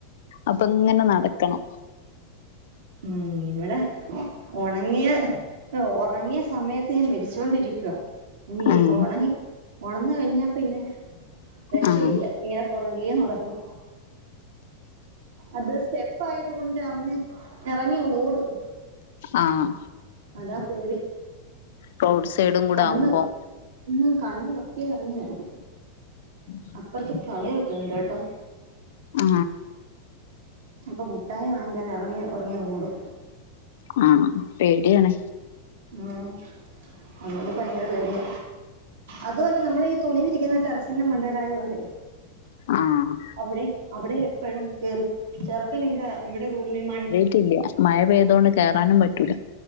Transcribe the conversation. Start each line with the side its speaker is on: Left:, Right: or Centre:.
Left: അപ്പൊങ്ങനെ നടക്കണം
Right: ഉം ഇവടെ ഒണങ്ങിയ ഉറങ്ങിയ സമയത്ത് ഞാൻ വിരിച്ചോണ്ടിരിക്കുവാ ഞ്ഞി
Left: ആഹ്
Right: ഓളെനി ഒണന്ന് കയ്ഞ്ഞാ പിന്നെ രക്ഷയില്ല
Left: ആഹ്
Right: ഇങ്ങനെ പൊറകേ നടക്കും അത് സ്റ്റെപ് പ്പായതോണ്ട് അവന് എറങ്ങി ഓടും
Left: ആഹ്
Right: അതാ പേടി
Left: റോഡ് സൈഡും കൂടാകുമ്പോ
Right: കണ്ണ് ഉം കണ്ണ് <unintelligible> അറിയിന്ന്ണ്ട്
Left: <inaudible>
Right: അപ്പുറത്ത് കടയൊക്കെ ഉണ്ടേട്ടോ
Left: ആ
Right: അപ്പോ മുട്ടായി വാങ്ങിക്കാന് എറങ്ങി എറങ്ങി ഓടും
Left: ആ പേടിയാണ്
Right: ഉം അതോണ്ട് പ്പൊ ഭയങ്കര പേടിയ അതല്ല നമ്മളീ തുണി വിരിക്കുന്ന ടെറസിന്റെ മണ്ടേലായതോണ്ടേ
Left: ആഹ്
Right: അവടേം അവടെ എപ്പഴും കേറി ചെറുക്കൻ ഇവടെ ഇവടെ റൂമി മൺ
Left: റ്റില്ല മയ പെയ്തോണ്ട് കേറാനും പറ്റൂല്ല